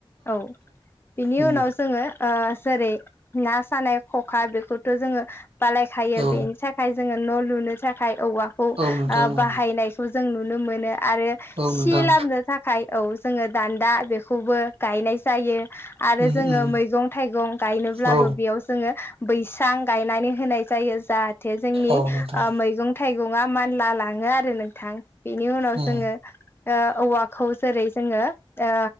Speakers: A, on the left; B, on the right.
A: औ बिनि
B: उम
A: उनाव जोङो ओ जेरै ना सानाय ख'खा बेखौथ' जोङो बालायखायो
B: औ
A: बेनि थाखाय जोङो न' लुनो थाखाय औवाखौ
B: औ नोंथां
A: आ
B: औ
A: बाहायनायखौ जों नुनो मोनो आरो
B: औ
A: सि
B: नोंथां
A: लाबनो थाखाय औ जोङो दान्दा बेखौबो गायनाय जायो। आरो
B: उम
A: जोङो
B: उम
A: मैगं थाइगं गायनोब्लाबो
B: औ
A: बेयाव जोङो बैसां गायनानै होनाय जायो। जाहाथे जोंनि
B: औ
A: ओ
B: नोंथां
A: मैगं थाइ गङा मानला लाङो आरो नोंथां। बेनि उनाव
B: उम
A: जोङो ओ औवाखौ जेरै जोङो ओ